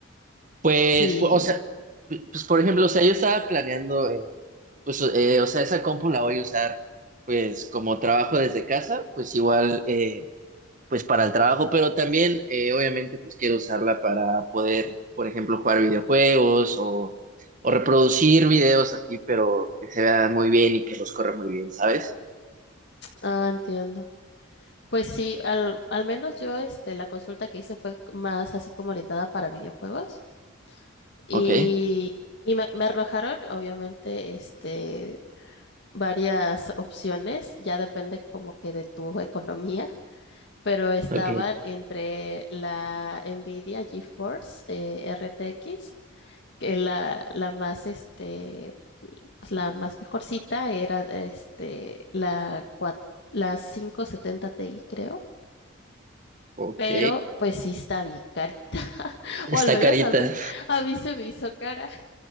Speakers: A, on the right; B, on the left.
A: Pues,
B: Sí,
A: pu- o sea, pu- pues por ejemplo, o sea, yo estaba planeando, eh, pues, eh, o sea, esa compu la voy a usar, pues, como trabajo desde casa, pues igual. eh, pues para el trabajo, pero también eh, obviamente pues quiero usarla para poder, por ejemplo, jugar videojuegos o, o reproducir videos así, pero que se vean muy bien y que los corra muy bien, ¿sabes?
B: ah, entiendo. Pues sí, al, al menos yo este, la consulta que hice fue más así como orientada para videojuegos y,
A: Ok,
B: y me, me arrojaron obviamente este, varias opciones, ya depende como que de tu economía, pero estaban
A: ok,
B: entre la Nvidia GeForce eh, RTX que la, la más, este, pues, la más mejorcita era, este, la, cua- la 570 Ti, creo,
A: ok.
B: pero pues sí está bien carita, <laughs>
A: Está
B: o al menos
A: carita.
B: a mí, a mí se me hizo cara.